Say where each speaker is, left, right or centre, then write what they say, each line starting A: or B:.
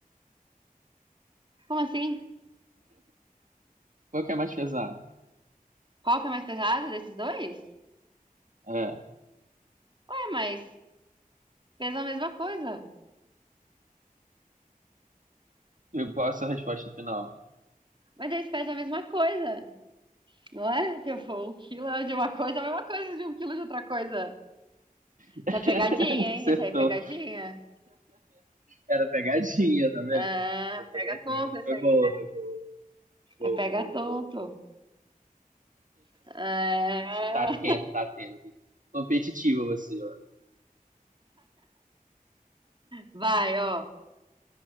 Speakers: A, on the right; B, on the right.
A: como assim?
B: Qual que é mais pesado?
A: Qual que é mais pesado desses dois?
B: É, É,
A: Ué, mas pesa a mesma coisa.
B: eu gosto da resposta final.
A: Mas eles pesam a mesma coisa, não é? Tipo, um quilo é de uma coisa, é a mesma coisa de um quilo de outra coisa.
B: <laughs>
A: Isso é pegadinha, hein?
B: Acertou.
A: Esse aí é pegadinha.
B: Era pegadinha, tá vendo?
A: Ah,
B: Era
A: pega
B: pegadinha.
A: tonto esse
B: Foi
A: aí,
B: boa,
A: né?
B: foi boa. Boa,
A: É pega
B: boa,
A: tonto.
B: boa.
A: Ah,
B: Tá atento, tá atento. Competitivo você, ó.
A: vai, ó.